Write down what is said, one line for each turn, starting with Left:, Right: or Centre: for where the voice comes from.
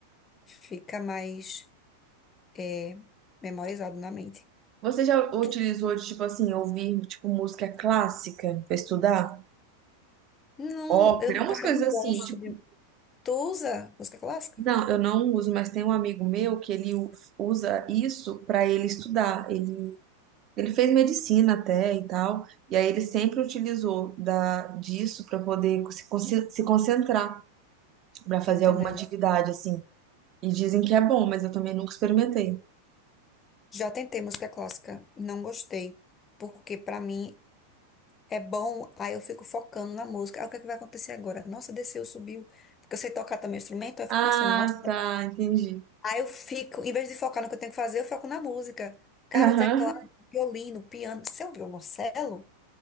Left: fica mais é, memorizado na mente.
Right: Você já utilizou
Left: Tu,
Right: de, tipo assim, ouvir, tipo, música clássica pra estudar?
Left: não,
Right: Ópera,
Left: eu, no
Right: umas
Left: cara,
Right: coisas
Left: não
Right: assim,
Left: gosto
Right: tipo.
Left: de. Tu usa música clássica?
Right: Não, eu não uso, mas tem um amigo meu que ele u- usa isso pra ele estudar. Ele, ele fez medicina até e tal, e aí ele sempre utilizou da, disso pra poder se, conce- se concentrar. Pra fazer
Left: Tô entendendo.
Right: alguma atividade, assim. E dizem que é bom, mas eu também nunca experimentei.
Left: Já tentei música clássica, não gostei, porque pra mim é bom, aí eu fico focando na música. Aí o que é que vai acontecer agora? Nossa, desceu, subiu. Porque eu sei tocar também instrumento, aí eu
Right: Ah,
Left: fico pensando, nossa,
Right: tá, entendi.
Left: Aí eu fico, em vez de focar no que eu tenho que fazer, eu foco na música. Cara,
Right: Aham,
Left: o teclado, o violino, o piano. Isso é um violoncelo?